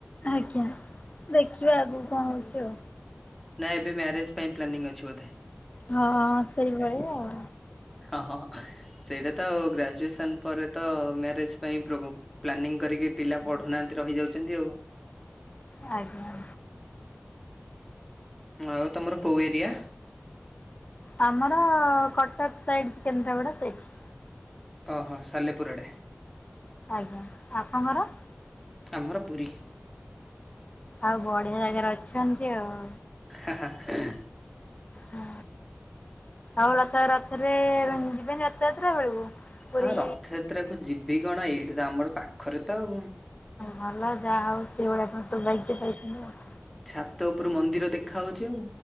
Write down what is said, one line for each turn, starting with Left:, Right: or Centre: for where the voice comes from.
Left: ଆଜ୍ଞା ଦେଖିଆବା ଆଗକୁ କଣ ହଉଛି ଆଉ।
Centre: ନା ଏବେ ମ୍ୟାରେଜ୍ ପାଇଁ ପ୍ଲାନିଂ ଅଛି ବୋଧେ?
Left: ହଁ ହଁ ହଁ ସେଇଭଳିଆ ଆଉ।
Centre: ହଁ ହଁ ହଁ ସେଇଟା ତ ଗ୍ରାଜୁଏସନ ପରେ ତ ମ୍ୟାରେଜ ପାଇଁ ପ୍ରୋଭ ପ୍ଲାନିଂ କରିକି ପିଲା
Left: ଆଜ୍ଞା
Centre: ପଢୁନାହାନ୍ତି ରହିଯାଉଛନ୍ତି ଆଉ।
Left: ଆଜ୍ଞା।
Centre: ହୁଁ ଆଉ ତମର କୋଉ ଏରିଆ?
Left: ଆମର କଟକ ସାଇଡ୍ କେନ୍ଦ୍ରାପଡ଼ା ସେଇଠି।
Centre: ଓହୋ ସାଲେପୁର ଆଡେ।
Left: ଆଜ୍ଞା ଆପଣଙ୍କର?
Centre: ଆମର ପୁରୀ।
Left: ଆଉ ବଢିଆ ଜାଗାରେ ଅଛନ୍ତି ଆଉ।
Centre: ହଁ ହଁ।
Left: ହୁଁ ଆଉ ରଥ ରଥରେ ଯିବେନି ରଥଯାତ୍ରା ବେଳକୁ? ପୁରୀ
Centre: ହଁ ରଥଯାତ୍ରା କୁ ଯିବି କଣ? ଏଇଠି ତ ଆମର ପାଖରେ ତ ଆଉ।
Left: ଭଲ ଯାହା ହଉ ସେଇଭଳିଆ ଆପଣ ସୌଭାଗ୍ୟ ପାଇଛନ୍ତି ଆଉ।
Centre: ଛାତ ଉପରୁ ମନ୍ଦିର ଦେଖା ହଉଛି ଆଉ।